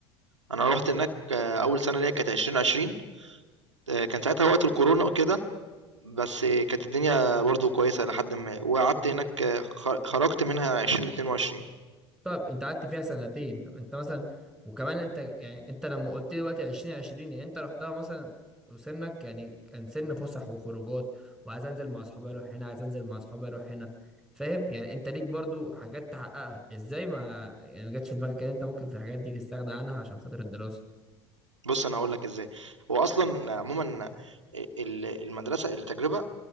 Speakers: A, on the right (about 85°); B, in the centre.
A: أنا رُحت هناك آه، أول سنة ليّا كانت 2020 آآ، كان ساعتها وقت الكورونا وكده، بس كانت الدنيا برضه كويسة إلى حدٍ ما، وقعدت هناك آه، خ خرجت منها 2022
B: طب انت قعدت فيها سنتين طب انت مثلا وكمان انت يعني انت لما قلت لي دلوقتي 2020 يعني انت رحتها مثلا وسنك يعني كان سن فسح وخروجات وعايز انزل مع اصحابي اروح هنا عايز انزل مع اصحابي اروح هنا فاهم يعني انت ليك برضو حاجات تحققها ازاي ما يعني ما جاتش في دماغك ان انت ممكن في الحاجات دي تستغنى عنها عشان خاطر الدراسة
A: بُص أنا هاقول لك إزاي، هو أصلًا عمومًا أ ال المدرسة التجربة